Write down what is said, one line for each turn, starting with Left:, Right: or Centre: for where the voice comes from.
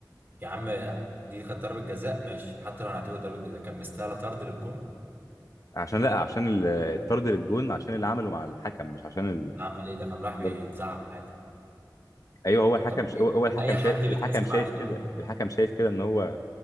Right: يا عم دي كانت ضربة جزاء ماشي حتى لو هنعتبر ضربة جزاء كان مستاهلة طرد للجون
Left: عشان لا عشان ال- الطرد للجون عشان اللي عمله مع الحكم مش عشان
Right: عمل ايه ده كان راح بيتزعق
Left: الضرب
Right: عادي
Left: ايوه هو الحكم
Right: ما طبيعي
Left: ش... هو هو الحكم
Right: اي حد
Left: شايف
Right: بيتحسب
Left: الحكم شايف
Right: عليه ضربة
Left: كده
Right: جزاء
Left: الحكم شايف كده ان هو